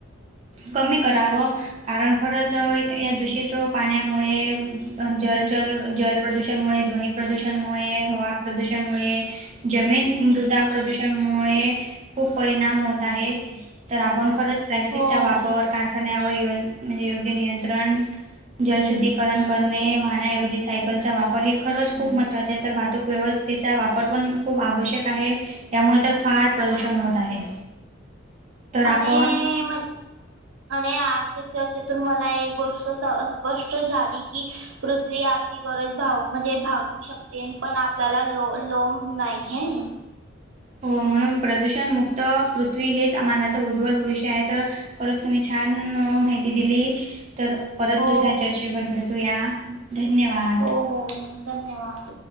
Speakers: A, on the right; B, on the right.
A: कमी करावं, कारण खरंच या दूषित व पाण्यामुळे, जल जल, जल प्रदूषणमुळे, ध्वनी प्रदूषणमुळे, हवा प्रदूषणमुळे जमीन मृदा प्रदूषणमुळे खूप परिणाम होत आहे. तर आपण खरंच प्लॅस्टिकचा
B: हो
A: वापर कारखान्यावर योग म्हणजे योग्य नियंत्रण, जलशुद्धीकरण करणे, वाहने ऐवजी सायकलचा वापर हे खरंच खूप महत्वाचे आहे, तर वाहतूक व्यवस्थेचा वापर पण खूप आवश्यक आहे. त्यामुळे तर फार प्रदूषण होत आहे. तर आपण
B: आणि म आणि आज चर्चेतून मला एक गोष्ट स्पष्ट झाली की, तरी आपली गरज भागु म्हणजे भागु शकते पण, आपल्याला लो लोब नाही आहे‌
A: हो म्हणून प्रदूषणमुक्त पृथ्वी हेच आ मानवाचं उज्वल भविष्य आहे तर, खरच, तुम्ही छान माहिती दिली तर, परत
B: हो
A: दुसऱ्या चर्चेवर भेटूया, धन्यवाद.
B: हो हो, धन्यवाद.